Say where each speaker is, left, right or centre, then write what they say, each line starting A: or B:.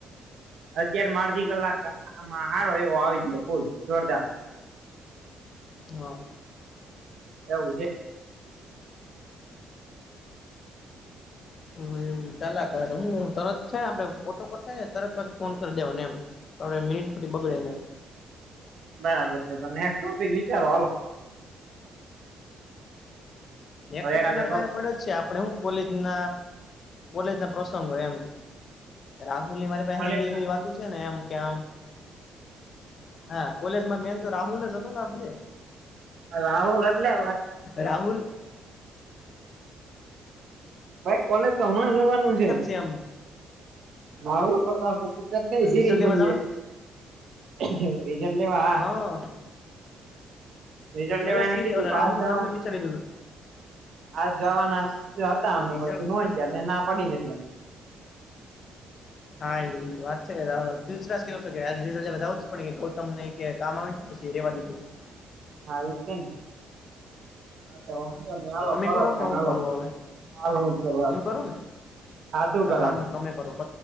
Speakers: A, on the right; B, on the left.
A: અત્યારમાં અડધી કલાકમાં આમ હારો એવો આવી ગયો, ફુલ જોરદાર.
B: હા.
A: એવું છે.
B: હમ્મ એવું, હું તરત છેને, આપડે ઓટોકટ થાય ને, તરત પછી ફોન કરી દેવા ને એમ. તો આપણે મિનિટ પછી બગડે નહીં.
A: બરાબર છે, તો નેક્સ્ટ ટોપિક વિચારો હાલો. હવે
B: એક ટોપિક
A: એકાદો
B: મારી પાહે પડ્યો જ છે, આપડે હું કોલેજ ના કોલેજ ના પ્રસંગ હોય એમ. રાહુલની મારી પાસે
A: કોલેજમાં
B: એવી એવી વાતો છે ને, એમ કે આમ હા, કોલેજમાં મેન તો રાહુલ જ હતો ને, આપણે.
A: રાહુલ એટલે
B: રાહુલ
A: ભાઈ કોલેજ તો હમણાં જ જોવાનું છે.
B: કેમ?
A: રાહુલ પર તો આખુ પિક્ચર નઈ સિરીઝ
B: રિઝલ્ટ
A: બની
B: એમાં જવાનું
A: જાય, રીઝટ લેવા હા.
B: હા.
A: રિઝલ્ટ
B: મેં
A: લેવા,
B: તો
A: એને
B: સીરી
A: કીધુંતું
B: રાહુલ
A: આજ
B: નું
A: જવાનું.
B: નામે વિચારી લીધું
A: આ જવાના હતા, અમને
B: રિઝલ્ટ
A: પછી ન ગયા મેં, ના પડીને એટલે.
B: હા, એ વાત છેસ કે હતો કે, ર આવું જ પણ ગૌતમને કે કામ આવે. <unintelligible>
A: હા, એ તો હા, તો વાંધો નહી,
B: તો
A: ઓ
B: તમે
A: કરો ફોન
B: કે હું
A: આાલ
B: કરું હવે
A: હાલ હજ કરવા.
B: હું કરું ને
A: હા, તું કર.
B: તો વાંધો તમે કરરો પ